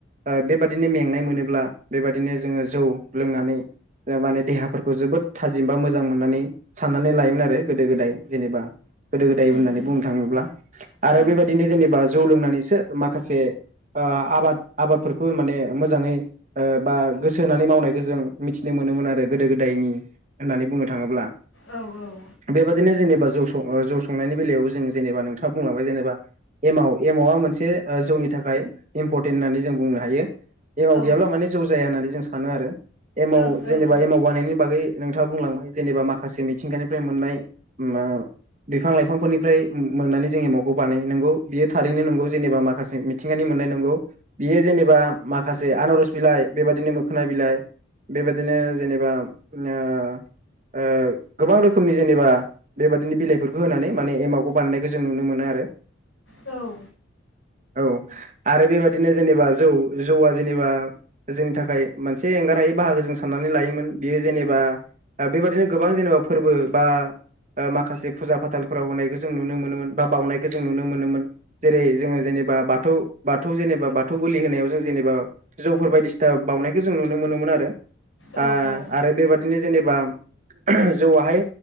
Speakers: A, on the right (about 40°); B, on the left (about 70°).
A: ओ बेबादिनो मेंनाय मोनोब्ला बेबादिनो जोङो जौ लोंनानै ओ माने देहाफोरखौ जोबोद थाजिम बा मोजां मोननानै साननानै लायोमोन आरो गोदो गोदाय जेनेबा गोदो गोदाय
B: उम
A: होननानै
B: उम
A: बुंनो थाङोब्ला आरो
B: ओं
A: बेबादिनो जेनेबा जौ लोंनानैसो माखासे ओ आबाद आबादफोरखौ माने मोजाङै ओ बा गोसो होनानै मावनायखौ जों मिथिनो मोनोमोन आरो गोदो गोदायनि होननानै बुंनो थाङोब्ला
B: औ औ
A: बेबादिनो जेनेबा जौ सं जौ संनायनि बेलायावबो जोङो जेनेबा नोंथाङा बुंलांबाय जेनेबा एमव एमावआ मोनसे जौनि थाखाय इम्परटेन्ट होननानै जों बुंनो हायो एमाव
B: औ ओं
A: गैयाब्ला माने जौ जाया होननानै जों सानो आरो एमाव
B: ओं औ
A: जेनेबा
B: उम
A: एमाव बानायनायनि बागै नोंथाङा बुंलांबाय जेनेबा माखासे मिथिंगानिफ्राय मोननाय ओ बिफां लाइफांफोरनिफ्राय मोननानै जों एमावखौ बानायो नंगौ बियो थारैनो नंगौ जेनेबा माखासे मिथिंगानि मोननाय नंगौ बियो जेनेबा माखासे आनारस बिलाइ बेबादिनो मोखोना बिलाइ बेबादिनो जेनेबा ओ ओ गोबां रोखोमनि जेनेबा बेबायदिनो बिलाइफोरखौ होनानै माने एमावखौ बानायनायखौ जों नुनो मोनो आरो
B: औ
A: औ आरो बेबादिनो जेनेबा जौ जौआ जेनेबा जोंनि थाखाय मोनसे एंगारहायै बाहागो जों साननानै लायोमोन बियो जेनेबा ओ बेबादिनो गोबां जेनेबा फोरबो बा ओ माखासे फुजा फाथालफोराव होनायखौ जों नुनो मोनोमोन बा बावनायखौ जों नुनो मोनोमोन जेरै जोङो जेनेबा बाथौ बाथौ जेनेबा बाथौ बोलि होनायाव जों जेनेबा जौफोर बायदिसिना बावनायखौ जों नुनो मोनोमोन आरो
B: औ
A: ओ
B: औ
A: आरो बेबादिनो जेनेबा जौआहाय